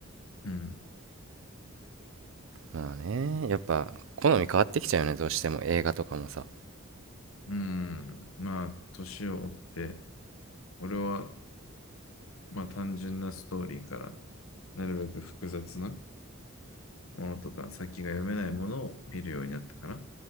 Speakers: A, on the left; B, on the right.
A: うん。
B: まあね、やっぱ、好み変わってきちゃうよね、どうしても映画とかもさ。
A: うんまあ、年を追って、俺は、まあ、単純なストーリーから、なるべく複雑なものとか、先が読めないものを見るようになったかな。